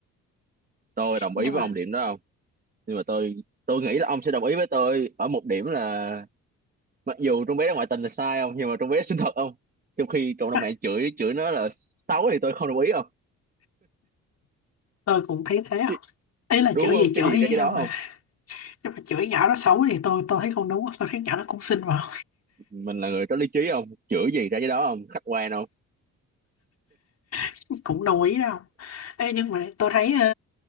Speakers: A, on the right; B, on the left.
A: <laughs> tôi đồng
B: Nhưng
A: ý với
B: mà
A: ông điểm đó không nhưng mà tôi tôi nghĩ là ông sẽ đồng ý với tôi ở một điểm là mặc dù trong bé đó ngoại tình là sai không nhưng mà trong bé xinh thật không trong khi cộng đồng
B: à,
A: mạng chửi chửi nó là xấu thì tôi không đồng ý không
B: tôi cũng thấy thế
A: Chứ-
B: không? Ấy là
A: đúng
B: chửi
A: không
B: gì chửi
A: cái gì ra
B: vậy
A: cái
B: đâu
A: đó
B: mà.
A: không
B: Nhưng mà chửi nhỏ nó xấu thì tôi tôi thấy không đúng. Tôi thấy nhỏ nó cũng xinh mà
A: mình là người có lý trí không chửi gì ra cái đó không khách quan không
B: <laughs> cũng đồng ý đâu. Ê, nhưng mà tôi thấy ờ,